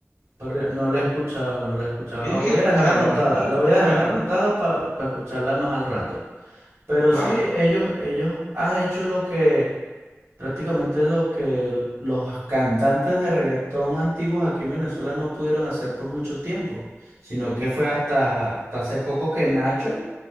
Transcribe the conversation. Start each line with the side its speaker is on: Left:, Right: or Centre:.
Right: pero no la he escuchado, no la he escuchado.
Left: Tienes
Right: La voy
Left: que escucharla,
Right: a dejar anotada,
Left: es muy,
Right: la
Left: muy
Right: voy a
Left: buena.
Right: dejar anotada para escucharla más al rato. Pero
Left: Claro,
Right: sí, ellos, ellos han hecho lo que Prácticamente lo que l- los cantantes de reggaetón antiguos aquí en Venezuela no pudieron hacer por mucho tiempo, sino que fue hasta, hasta hace poco que Nacho